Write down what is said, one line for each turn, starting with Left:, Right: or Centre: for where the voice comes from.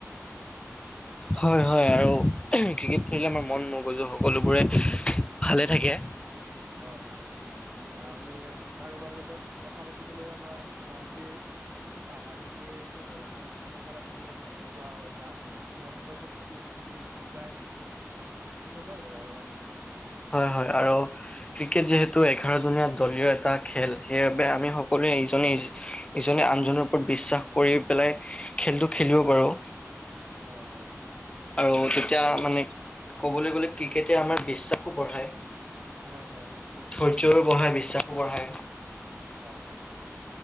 Left: হয় হয় আৰু ক্ৰিকেট খেলিলে আমাৰ মন মগজু সকলোবোৰে ভালে থাকে
Right: হয় হয় আমি কাৰোবাৰ লগত কথা পাতিবলৈ আমাৰ মনটোৱে বাধা নিদিয়ে একো ধৰণে কথা পাতি পাতিবলৈ ভাল লগোৱা হয় বা মনোজৰ শক্তি বৃদ্ধি পাই তেনেকুৱা ধৰণৰ
Left: হয় হয় আৰু ক্ৰিকেট
Right: হয়
Left: যিহেতু এঘাৰ জনীয়া দলীয় এটা খেল সেইবাবে আমি সকলোৱে ইজনে ইজনে আনজনৰ ওপৰত বিশ্বাস কৰি পেলাই খেলটো খেলিব পাৰো
Right: হয় হয়
Left: আৰু
Right: এইটো
Left: তেতিয়া
Right: খেলে
Left: মানে কবলৈ গলে ক্ৰিকেটে আমাৰ বিশ্বাসো বঢ়ায়
Right: হয় হয় এইটোৱে
Left: ধৈৰ্যৰো বঢ়ায় বিশ্বাসো বঢ়ায়
Right: হয়